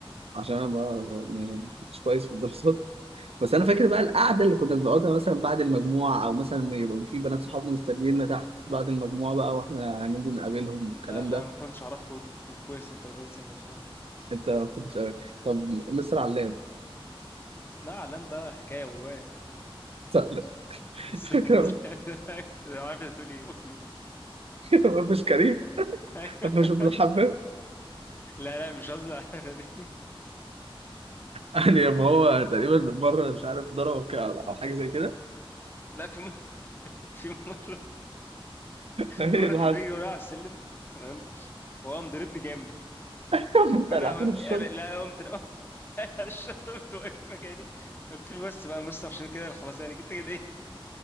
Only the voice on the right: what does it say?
عشان انا ما يعني ما كنتش كويس في الدراسات بس انا فاكر بقى القعده اللي كنا بنقعدها مثلا بعد المجموعه او مثلا يبقى في بنات صحابنا مستنييننا تحت بعد المجموعه بقى واحنا هننزل نقابلهم والكلام
ده
انت كنت طب مستر علام
صح؟ <laughs>
ما فيش كريم
ما فيش ابن الحمام
يعني ما هو تقريبا مره مش عارف ضربه كده او حاجه زي كده
ايه
اللي
حصل
<laughs> انت
قلعتني
في الشنطه